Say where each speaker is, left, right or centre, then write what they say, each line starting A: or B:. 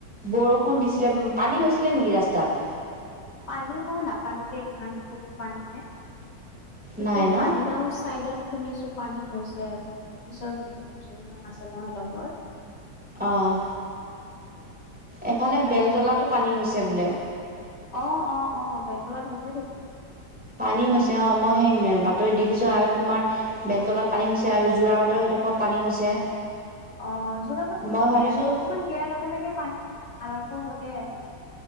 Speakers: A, in the centre; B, on the left.
A: বৰষুণ দিছিলে পানী হৈছিলে নেকি ৰাস্তাত
B: পানী মই নাপালো দেই ইমান কতো পানী নাই কিন্তু
A: নাই ন
B: মালিগাঁওৰ চাইডত শুনিছো পানী হৈছে আৰু অফিচৰ দুজনী মান আছে নহয় লগৰ
A: অঁ এফালে
B: তাহাত
A: বেলতলাতো পানী হৈছে বোলে
B: অ অ অ বেলতলাত হৈছে নেকি
A: পানী হৈছে অ মই সেই বাতৰিত দেখিছো আৰু তোমাৰ বেলতলাত পানী হৈছে আৰু জোৰা বাটৰ সেইডোখৰত পানী হৈছে
B: অ যোৰাবাটত
A: মই ভাবিছোঁ
B: এ অকমান দিয়াৰ লগে লগে পানী আৰম্ভ হয়য়ে আৰু